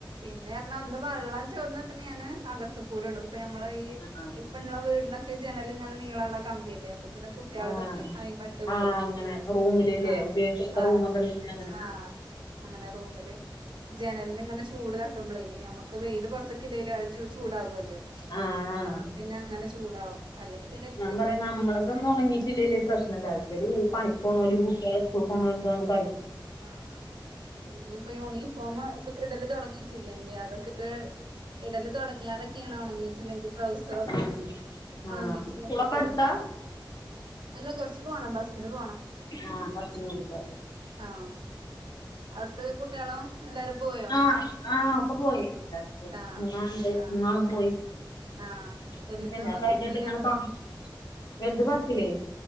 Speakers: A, on the right; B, on the left.
A: അർഞ പിന്നെ ഒന്ന് വെള്ളം ചോർന്ന പിന്നെ ഞാന് അക ത്ത് കൂടെ ഇടും ഇപ്പ നമ്മള ഈ
B: ആഹ്
A: ഇപ്പ ഉള്ള വീടിനൊക്കെ ജനല് ഇങ്ങനെ നീളള്ള കമ്പിയെല്ലേ അപ്പൊ പിന്നെ കുട്ട്യേൾതൊക്കെ
B: ആഹ്
A: ആയി മട്ട്
B: ആഹ്
A: പോകും
B: അങ്ങനെ റൂമില്ല്ലേ
A: ആഹ്
B: ഉപയോഗിക്കാത്ത
A: ആഹ്
B: റൂമൊക്കെ
A: റോ
B: ഉണ്ടെങ്കിൽ അങ്ങനെ
A: ആഹ് അങ്ങനെ റൂമില് ജനൽന് ഇങ്ങനെ ചൂട് തട്ടുമ്പളേ നമ്മുക്ക് വെയില് പുറത്തക്കില്ലേലു അഹ് ജൂ ചൂടാകോല്ലോ
B: ആഹ് ആഹ്
A: അപ്പൊ പിന്നെ അങ്ങനെ ചൂടാവും അല്ലെങ്കി പിന്നെ ഇത്തിരി
B: ഞാൻ പറയും നമ്മളതൊന്നും ഉണങ്ങീട്ടില്ലേല് പ്രശ്നല്ല ഇവല് പണിക്കോണോലിം കുട്ട്യാള് സ്കൂൾ പോണോൽതാണ്
A: ആഹ് ഇഞ്ഞിപ്പോ യൂണിഫോം ഇപ്പ ഇടല് തുടങ്ങിട്ടില്ലെ ഞ് അതൊക്കെ ഇടല് തുടങ്ങിയാലൊക്കെണ് ഉണങ്ങിയിട്ടില്ലെങ്കി ട്രൗസറൊക്കെ
B: ആഹ് ആഹ്
A: ഒണങ്ങിയിട്ടില്ലെങ്കി
B: സ്കൂളൊക്കടുത്ത?
A: ഗതികേടല്ലേ അല്ല കൊറച്ച് പോണം ബസ്സിന് പോണം
B: ആഹ് ബസ്സിനോവൊക്കാരല്ലെ?
A: ആഹ് ഔടുത്തെഹ് കുട്ട്യേളോ എല്ലാരും പോയോ?
B: ആഹ് ആഹ് ഒക്കെ പോയി എല്ലാരും പോയി
A: ന്നാ
B: മൂന്നാളുണ്ട്
A: ആഹ്
B: മൂന്നാളും പോയി
A: ആഹ്
B: <unintelligible>
A: വലുത് ഒക്കെ
B: കഴിഞ്ഞിട്ട്
A: എത്രയിലാ
B: ഇങ്ങനെ തു വലുത് പത്തിലേ